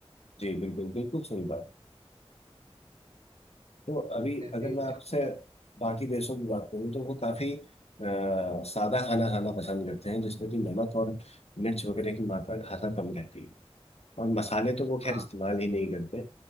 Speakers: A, on the left; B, on the right.
A: जी बिल्कुल बिल्कुल सही बात तो अभी
B: जैसे
A: अगर मैं
B: ज-
A: आपसे बाकी देशों की बात करूँ तो वो काफी अ, सादा खाना खाना पसंद करते हैं जिसमें कि नमक और मिर्च वगैरह की मात्रा खासा कम रहती है और मसाले तो वो खैर
B: हाँ
A: इस्तेमाल ही नहीं करते